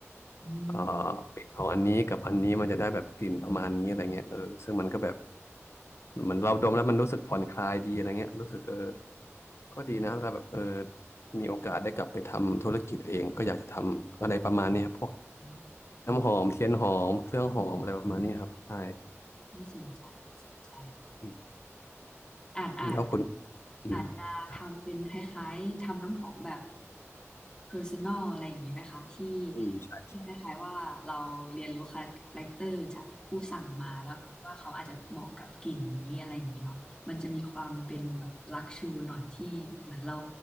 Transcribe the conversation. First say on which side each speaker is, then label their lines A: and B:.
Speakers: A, on the left (about 20°); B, on the left (about 60°).
A: อืม
B: เอ่อกลิ่นของอันนี้กับอันนี้มันจะได้แบบกลิ่นประมาณนี้อะไรเงี้ยเออซึ่งมันก็แบบเหมือนเราดมแล้วมันรู้สึกผ่อนคลายดีอะไรเงี้ยรู้สึกเออก็ดีนะถ้าแบบเออมีโอกาสได้กลับไปทำธุรกิจเองก็อยากจะทำอะไรประมาณนี้ครับพวก
A: อืม
B: น้ำหอมเทียนหอมเครื่องหอมอะไรประมาณนี้ครับใช่
A: น่าสนใจน่าสนใจ
B: อืม
A: อาจอาจ
B: แล้วคุณอืมครับ
A: อาจจะทำเป็นคล้ายๆทำน้ำหอมแบบ personal อะไรอย่างนี้ไหมคะที่
B: อืมใช่
A: ที่คล้ายๆว่าเราเรียนรู้คาแรคเตอร์จากผู้สั่งมาแล้วคิดว่าเขาอาจจะเหมาะกับกลิ่นนี้อะไรอย่างนี้เนาะมันจะมีความเป็นแบบลักชูหน่อยที่เหมือนเรา